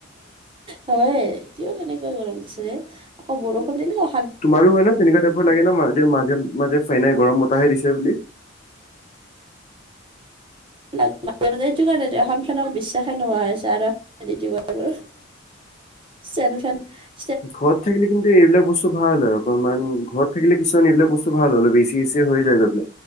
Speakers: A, on the right; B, on the left.
A: হয়ে কিয় কেনেকা গৰম দিছে ৰে আকৌ বৰষুণ দিলেও
B: তোমাৰো হয় ন তেনেকুৱা টাইপৰ লাগে ন মাজে-মাজে-মাজে ফেনে গৰম বতাহে দিছে বুলি। <inaudible>
A: মাজে মাজে এইেটো কাৰণেটো অসমখনক বিশ্বাসে নোহোৱা হৈছে আৰু। দি দিওঁ আৰু চনো চেন
B: ঘৰত থাকিলে কিন্তু এইবিলাক বস্তু ভাল আৰু। অকণমান ঘৰত থাকিলে কিছুমান এইবিলাক বস্তু ভাল হয় অলপ এছি এছি হৈ যায় গৈ পেলে।